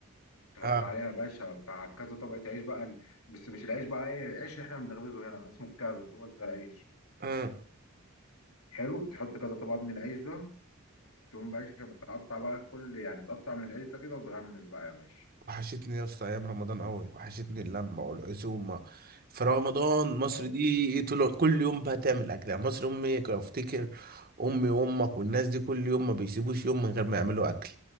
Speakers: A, on the left; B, on the right.
A: تحط
B: اه
A: عليها يا باشا بتاع كذا طبقه عيش بقى ال- بس مش العيش بقى ايه عيش احنا بنخبزه هنا اسمه الكبد هو ده العيش
B: آه.
A: حلو بتحط كذا طبقه من العيش ده تقوم باشا بتقطع بقى كل يعني تقطع من القشطة كده وتغمس بقى يا باشا
B: وحشتني يا اسطى ايام رمضان قوي وحشتني اللمه والعزومه في رمضان مصر
A: اه والله.
B: دي طول كل يوم بقى تعمل اكل يعني مصر امي كنت افتكر امي وامك والناس دي كل يوم ما بيسيبوش يوم من غير ما يعملوا اكل